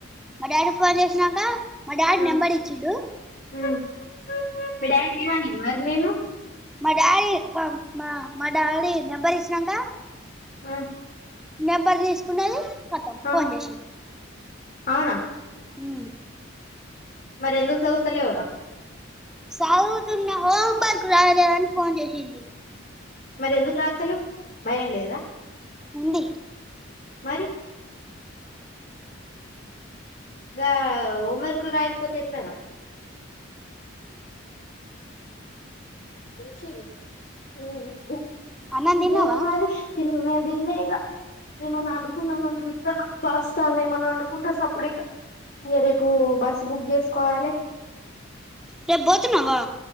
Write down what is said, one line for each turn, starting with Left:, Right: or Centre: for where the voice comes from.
Centre: మా డాడీ ఫోన్ చేసినాక మా డాడీ
Left: ఆ
Centre: నెంబర్ ఇచ్చిడు
Left: హ్మ్ మీ డాడీ ఏమన్లే మరి నిను
Centre: మా డాడీ మా మా డాడీ నెబరు ఇచ్చినాంక
Left: ఆ
Centre: నెంబర్ తీసుకున్నది కతం ఫోన్
Left: ఆ
Centre: చేసింది
Left: అవునా
Centre: ఉహు
Left: మరి ఎందుకు చదువుతలేవురా
Centre: సాధువుతున్న హోం వర్క్ రాయలేదు అని ఫోన్ చేసింది
Left: మరి ఎందుకు రాతలేవు భయం లేదా
Centre: ఉంది
Left: మరి గా హోంవర్క్ లు రాయకపోతే ఎట్ల రా
Centre: ఊ
Left: ఉహుశేలు హు బు
Centre: అన్నం
Left: ఇంకేంది
Centre: తిన్నావా
Left: మరి ఎన్ని ఉన్నాయి తినలేదు ఇగ ఏమన్నా వడుకున్నామని చూతన ఫస్ట్ అని ఏమన్నా వండుకుంటా సప్పుడే కా ఇగ రేపు బస్సు బుక్ చేసుకోవాలే
Centre: రేపు పోతున్నావా